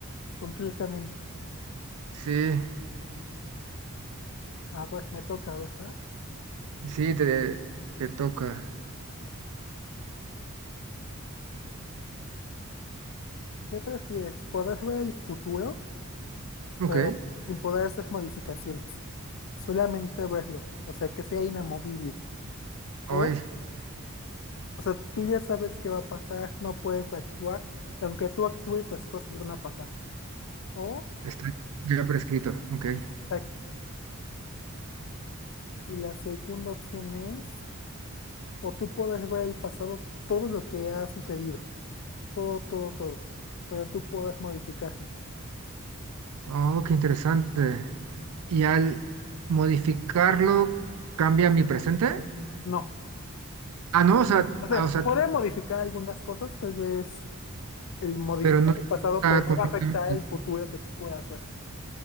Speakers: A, on the left; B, on the right.
A: Completamente.
B: Sí,
A: A ver, me toca, ¿verdad?
B: sí, te, te toca.
A: ¿Qué prefieres? ¿Poder ver el futuro,
B: Ok,
A: pero sin poder hacer modificaciones? Solamente verlo, o sea, que sea inamovible. O,
B: hoy,
A: o sea, tú ya sabes qué va a pasar, no puedes actuar, y aunque tú actúes, las cosas van a pasar. O,
B: está ya prescrito. Ok.
A: o sea, Y la segunda opción es, o tú puedes ver el pasado, todo lo que ha sucedido, todo, todo, todo, pero tú puedes modificarlo.
B: Oh, qué interesante. y al modificarlo cambia mi presente.
A: No.
B: Ah, no, o sea,
A: O sea,
B: ah, o sea,
A: puedes modificar algunas cosas, tal vez el modificar
B: pero no
A: el pasado,
B: está
A: pero no
B: completamente.
A: va a afectar el futuro que tú puedas ver.